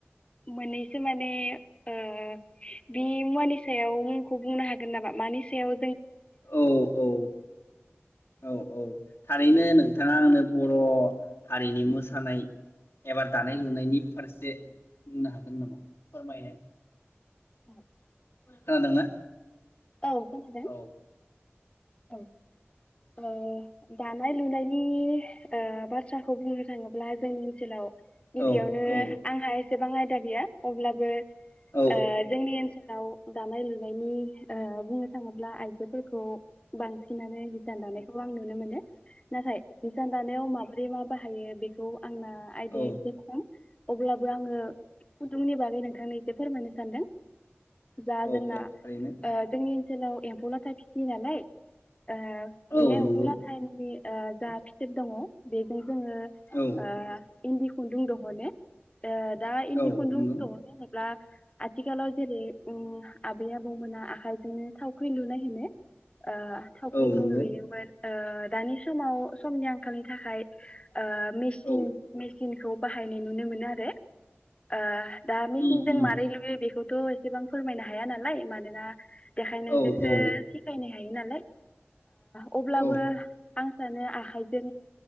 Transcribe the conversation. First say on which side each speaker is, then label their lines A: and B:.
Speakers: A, on the left; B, on the left.
A: मोननैसो माने ओ बि मुवानि सायाव मुंखौ बुंनो हागोन नामा? मानिसायाव
B: औ औ औ औ थारैनो नोंथाङा आंनो बर' हारिनि मोसानाय एबा दानाय लुनायनि फारसे बुंनो हागोन नामा फोरमायनाय।
A: औ
B: खोनादोंना
A: औ खोनादों।
B: औ
A: औ ओ दानाय लुनायनि ओ बाथ्राखौ बुंनो थाङोब्ला जोंनि ओनसोलाव गिबियावनो
B: औ औ
A: आंहा एसेबां आयद दा गैया अब्लाबो
B: औ
A: ओ जोंनि ओनसोलाव दानाय लुनायनि ओ बुंनो थाङोब्ला आइजोफोरखौ बांसि नानो हिसान दानायखौ आं नुनो मोन नाथाय हिसान दानायाव माबोरै माब बाहायो बेखौ आंना आयदाया
B: औ
A: इसे खम अब्लाबो बो आङो खुनदुंनि बागै नों थांनो इसे फोरमायनो सानदों। जा
B: औ
A: जोंना
B: औ थारैनो
A: ओ जोंनि ओनसोलाव एम्फौ लाथा फिसियो नालाय ओ बे
B: औ
A: एम्फौ
B: नंगौ
A: लाथायनि ओ जा फिथोब दङ बेजों जोङो ओ
B: औ
A: इन्दि खुन्दुं दहनो। ओ दा इन्दि
B: औ
A: खुन्दुं
B: नंगौ
A: दहनो होनोब्ला आथिखालाव जेरै ओम आबै आबौमोना आखायजोंनो थावखै लुनाय होनो। ओ थावख्रिखौ
B: औ नंगौ
A: लुयोमोन। ओ दानि समाव समनि आंखालनि थाखाय ओ मेचिन
B: औ
A: मेसिनखौ बाहायनाय नुनो मोनो आरो ओ दा मेचिनजों
B: उम उम
A: मारै लुयो बेखौ थ' एसेबां फोरमायनो हाया नालाय मानोना देखायनायजोंसो
B: औ औ
A: सिखायनाय जायो नालाय ओ अब्लाबो
B: औ
A: आं सानो आखाइजों